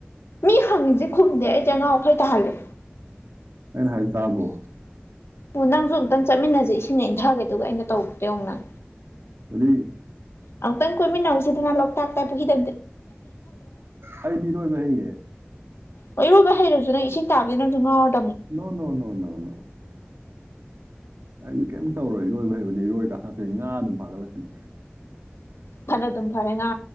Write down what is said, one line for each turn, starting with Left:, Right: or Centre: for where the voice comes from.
Left: ꯃꯤ ꯍꯪꯉꯤꯁꯤ ꯈꯨꯝꯗꯦ ꯑꯩꯁꯦ ꯑꯉꯥꯎ ꯑꯩꯈꯩ ꯇꯥꯍꯜꯂꯦ
Right: ꯍꯔꯇꯥꯕꯣ
Left: ꯑꯣ ꯅꯪꯁꯨ ꯑꯃꯨꯛꯇꯪ ꯆꯠꯃꯤꯟꯅꯖꯦ ꯏꯁꯤꯡ ꯏꯟꯊꯥꯒꯦꯗꯨꯒ ꯑꯩꯅ ꯇꯧꯗꯨ ꯅꯪ
Right: ꯀꯔꯤ
Left: ꯑꯃꯨꯛꯇꯪ ꯀꯣꯏꯃꯤꯟꯅꯧꯁꯤꯗꯅ ꯂꯣꯛꯇꯥꯛꯇ ꯄꯨꯈꯤꯗ
Right: ꯑꯩꯗꯤ ꯏꯔꯣꯏꯕ ꯍꯩꯌꯦ
Left: ꯍ ꯏꯔꯣꯏꯕ ꯍꯩꯔꯁꯨ ꯅ ꯏꯁꯤꯡ ꯇꯥꯕꯦ ꯅꯪꯁꯨ ꯉꯥꯎꯔꯦ
Right: ꯅꯣ ꯅꯣ ꯅ ꯅꯣꯅ ꯑꯩꯗꯤ ꯀꯩꯝꯇ ꯇꯧꯔꯣꯏ ꯏꯔꯣꯏꯕ ꯍꯩꯕꯅꯤ ꯏꯔꯣꯏ ꯀꯥꯈꯠꯛꯀꯅꯤ ꯉꯥ ꯑꯗꯨꯝ ꯐꯥꯒꯠꯂꯛꯀꯅꯤ
Left: ꯊꯅꯣ ꯑꯗꯨꯝ ꯐꯔꯦ ꯉꯥ